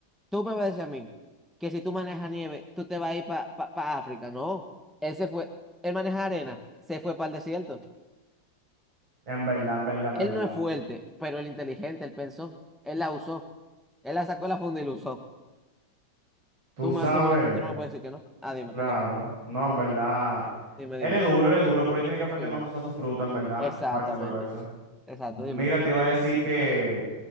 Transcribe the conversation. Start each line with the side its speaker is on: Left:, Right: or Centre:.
Centre: tú me vas a decir a mí que si tú manejas nieve, tú te vas a ir para África. No, él se fue, él maneja arena, se fue para el desierto.
Right: En verdad, en verdad, en
Centre: Él
Right: verdad.
Centre: no es fuerte, pero él inteligente, él pensó, él la usó, él la sacó de la funda y la usó.
Right: Tú
Centre: Tú,
Right: sabes,
Centre: me, tú, me- tú no me puedes decir que no. Ah, dime,
Right: claro,
Centre: perdón.
Right: no, en verdad.
Centre: Dime,
Right: Él
Centre: dime.
Right: es duro, él es duro, pero él tiene que aprender
Centre: Sí.
Right: más a usar su fruta, en verdad,
Centre: Exactamente.
Right: para desenvolverse.
Centre: Exacto,
Right: Mira,
Centre: dime.
Right: te iba a decir que.